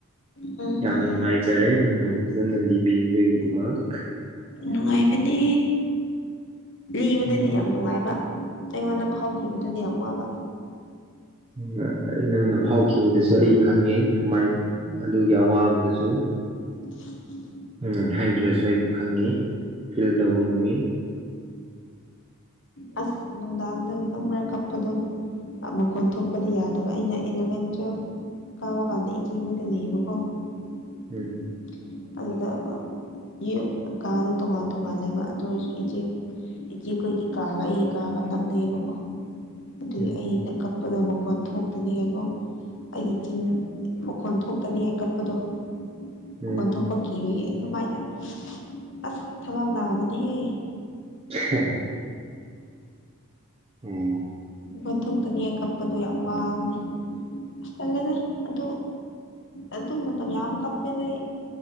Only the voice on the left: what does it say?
ꯎꯝ
ꯅꯨꯡꯉꯥꯏꯕꯅꯦ ꯂꯤꯕꯗꯗꯤ
ꯌꯥꯝ ꯅꯨꯡꯉꯥꯏꯕ ꯑꯩꯉꯣꯟꯗ ꯐꯥꯎꯈꯤꯕꯗꯨꯗꯤ ꯌꯥꯝ ꯋꯥꯕ
<inaudible>
ꯑ ꯑꯁ ꯅꯨꯡꯗꯥꯡꯗꯒ ꯈꯪꯕ꯭ꯔ ꯀꯥꯞꯄꯗꯣ꯫ ꯃꯈꯣꯟ ꯊꯣꯛꯄꯗꯤ ꯌꯥꯗꯕ ꯑꯩꯅ ꯏꯂꯚꯦꯟ ꯇꯨꯋꯦꯜꯐ ꯀꯥꯕ ꯀꯥꯟꯗ ꯏꯆꯦ ꯍꯣꯏꯒ ꯂꯩꯌꯦꯕꯀꯣ꯫ <unintelligible>
ꯑꯗꯨꯗ ꯌꯨꯝ ꯀꯥꯗꯣ ꯇꯣꯉꯥꯟ ꯇꯣꯉꯟꯂꯦꯕ ꯑꯗꯨ ꯑꯣꯏꯔꯁꯨ꯫ ꯏꯆꯦ ꯏꯆꯦꯈꯣꯏ ꯒꯤ ꯀꯥꯒ ꯑꯩꯒꯤ ꯀꯥꯒ ꯅꯛꯅꯩꯌꯦꯕꯣ꯫ ꯑꯗꯨꯒꯤ
ꯑꯩꯅ ꯀꯞꯄꯗꯣ ꯃꯈꯣꯟ ꯊꯣꯛꯇꯒꯤ ꯌꯦꯡꯉꯣ ꯑꯩꯒꯤ ꯆꯤꯟ꯫ ꯃꯈꯣꯟ ꯊꯣꯛꯇꯅꯤꯌꯦ ꯀꯞꯄꯗꯣ
ꯃꯈꯣꯟ ꯊꯣꯛ ꯄꯥꯒꯤꯅꯤ ꯑꯗꯨꯃꯥꯏꯅ ꯑꯁ ꯊꯕꯥꯛ ꯅꯥꯕꯅꯦꯍꯦ꯫
ꯑꯣꯟꯊꯣꯛꯇꯅꯤꯡꯉꯥꯏ ꯀꯞꯄꯗꯣ ꯌꯥꯝ ꯋꯥꯕꯅꯦ꯫ ꯑꯁ ꯇꯟꯂꯦꯗ ꯑꯗꯨ ꯑꯗꯨ ꯃꯥꯇꯝ ꯌꯥꯝ ꯀꯞꯄꯦꯗ ꯑꯩ꯫